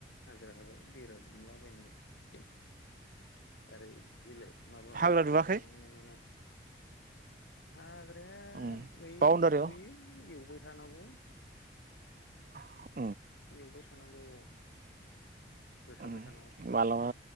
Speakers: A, on the left; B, on the right.
A: हाजिरा होबाय बेरा दुमलाबायनाय ओमफ्राय इलाय माबा
B: हाग्रा दुवाखै
A: बानायनाय मानाय हाग्रा या
B: उम
A: दुयो
B: बाउण्डारियाव
A: एवबाय <unintelligible>
B: <inaudible>
A: एउबाय थानांगौ फोसाबबाय
B: ओम
A: थानांगौ
B: मालाबा